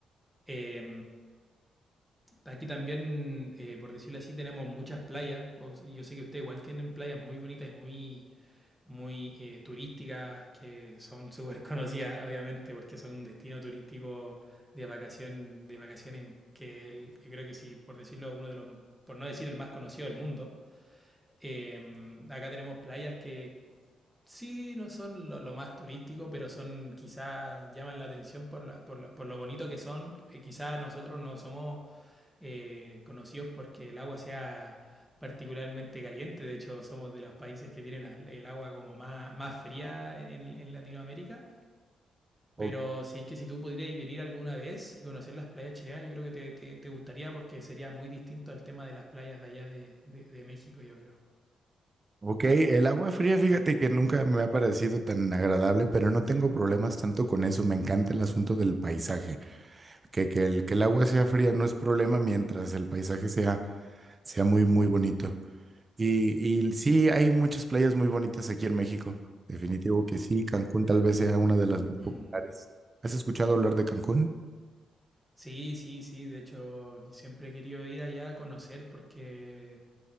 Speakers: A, in the centre; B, on the right (about 25°).
A: eh, aquí también, eh, por decirlo así, tenemos muchas playas, o- yo sé que ustedes igual tienen playas muy bonitas y muy muy eh, turísticas, que son súper conocidas, obviamente, porque son un destino turístico de vacación, de vacaciones que el- yo creo que sí, por decirlo, uno de los, por no decir el más conocido del mundo. Eh, acá tenemos playas que sí no son lo, lo más turístico, pero son quizás llaman la atención por la, por la- por lo bonito que son. Eh, quizás nosotros no somos eh, conocidos porque el agua sea particularmente caliente. De hecho, somos de los países que tienen la- el agua como más, más fría en, en- en Latinoamérica.
B: Ok.
A: Pero si es que si tú pudieras venir alguna vez y conocer las playas chilenas, yo creo que te, te- te gustaría porque sería muy distinto al tema de las playas de allá de, de- de México, yo creo.
B: Ok, el agua fría, fíjate que nunca me ha parecido tan agradable, pero no tengo problemas tanto con eso. Me encanta el asunto del paisaje. Que, que el, que el agua sea fría no es problema mientras el paisaje sea, sea muy, muy bonito. Y, y sí, hay muchas playas muy bonitas aquí en México. Definitivo que sí, Cancún tal vez sea una de las más populares.
A: <clears throat>
B: ¿Has escuchado hablar de Cancún?
A: Sí, sí, sí. De hecho, siempre he querido ir allá a conocer porque